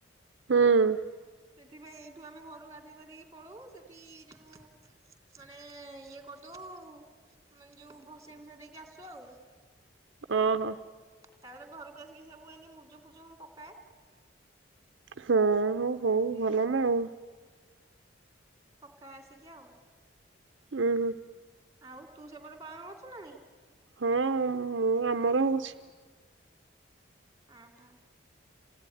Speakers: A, on the right; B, on the right.
A: ହୁଁ।
B: ସେଥିପାଇଁ ଏଇଠୁ ଆମେ ଘରକୁ ଗାଧ ଗାଧେଇ ପାଧେଇ କି ପଳଉ ସେଠି ଯଉ ମାନେ ଇଏ କରିଦଉ। ମାନେ ଯଉ ଭସେଇ ଭୁସା ଦେଇକି ଆସୁ ଆଉ।
A: ଓହୋ।
B: ତାପରେ ଘରକୁ ଆସିକି ସବୁ ଏମିତି ମୁର୍ଜ ଫୁର୍ଜ ମୁଁ ପକାଏ।
A: ହଁ ହୁଁ ହଉ ଭଲ ନାଁ ଆଉ।
B: ପକା ଆସିକି ଆଉ।
A: ଉହୁଁ।
B: ଆଉ ତୁ ସେପଟେ ପାଳନ କରୁଛୁ ନାଁ ନାହିଁ?
A: ହୁଁ ମୁଁ ଆମର ହଉଛି।
B: ଆଁ ହୁଁ।